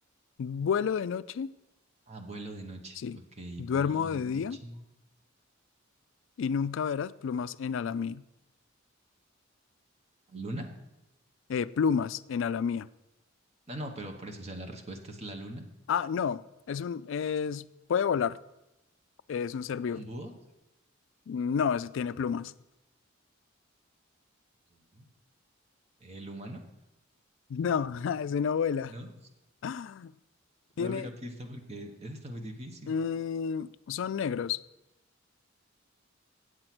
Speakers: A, on the left; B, on the right.
A: Vuelo de noche,
B: Ah, vuelo de noche.
A: sí,
B: Ok,
A: duermo
B: vuelo de
A: de
B: noche.
A: día y nunca verás plumas en ala mía.
B: ¿Luna?
A: Eh, plumas en ala mía.
B: No, no, pero por eso, o sea, la respuesta es la luna,
A: Ah, no, es un, es, puede volar, es un ser vivo.
B: un búho,
A: No, ese tiene plumas.
B: Ujú. el humano,
A: No, <laughs> ese no vuela.
B: ¿no?
A: <gasps> <laughs> Tiene,
B: Dame una pista porque eso está muy difícil.
A: mm, son negros